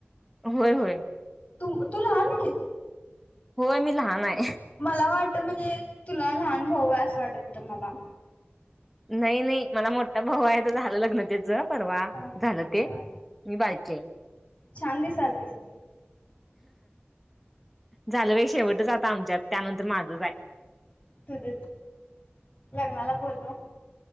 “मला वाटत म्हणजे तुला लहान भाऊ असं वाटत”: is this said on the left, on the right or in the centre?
Left